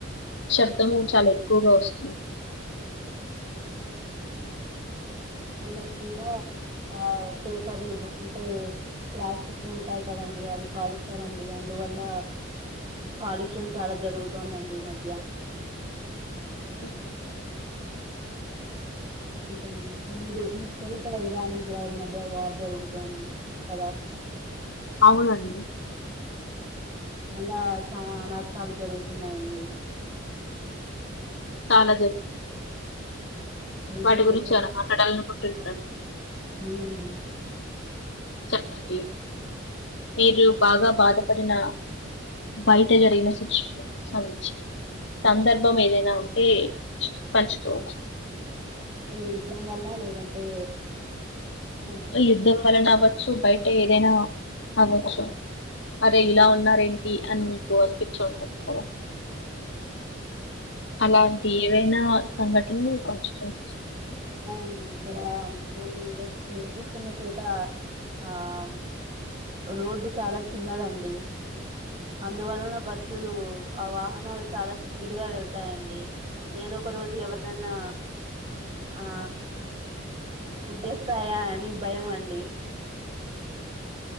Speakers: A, on the left (about 60°); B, on the right (about 30°).
A: శబ్దము చాలా ఎక్కువగా వస్సుం
B: ఆ పల్లక్కూడా ఆ పేపర్లు అంటే ప్లాస్టిక్ ఉంటాయి కదండి అవి కాలుస్తారండి అందువల్ల కాలుష్యం చాలా జరుగుతోందండి ఈ మధ్య
A: <unintelligible>
B: మీరండి మీరు మీకు తెలుసుకదా ఇరాన్ ఇజ్రాయెల్ మధ్య వార్ జరుగుతోంది కదా
A: అవునండి
B: అలా చాలా అనర్థాలు జరుగుతున్నాయి అండి
A: చాలా జరుగుతుంది
B: ఆ యుద్ధం
A: వాటి గురించి
B: ఎక్కడో
A: ఏమైనా
B: చ-
A: మాట్లాడాలనుకుంటున్నారా మీరు
B: అవునండి
A: చెప్పండి మీరు బాగా బాధపడిన బయట జరిగిన సిచ్యువేషన్స్ సందర్భం ఏదైనా ఉంటే పంచుకోవచ్చు
B: అంటే యుద్ధం వల్ల లేదంటే ఆ,
A: యుద్ధం వలన అవ్వచ్చు బయట ఏదైనా అవ్వచ్చు అరే ఇలా ఉన్నారేంటి అని మీకు అనిపిచ్చి ఉంటుంది కదా
B: అహా
A: అలాంటి ఏవైనా సంఘటనలు పంచుకోవచ్చు
B: అవుండి ఇక్కడ మేము నివ నివసిస్తున్న చోట ఆమ్ రోడ్డు చాలా చిన్నదండి అందువలన బస్సులు ఆ వాహనాలు చాలా స్పీడ్గా వెళ్తాయండి ఏదో ఒక రోజు ఎవరిననా ఆ గుద్దేస్తాయా అని భయం అండి